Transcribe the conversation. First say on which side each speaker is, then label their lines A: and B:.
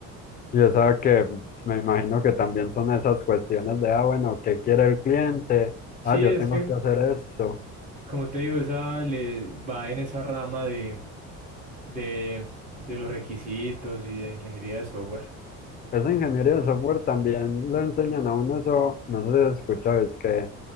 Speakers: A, on the left; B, on the right.
A: Y esa que me imagino que también son esas cuestiones de, ah, bueno, ¿qué quiere el cliente?
B: Sí,
A: Ah, yo
B: es
A: tengo
B: que,
A: que hacer esto.
B: como te digo, esa le va en esa rama de, de, de los requisitos y de ingeniería de software.
A: Esa ingeniería de software también le enseñan a uno eso, no sé si lo escuchabais que,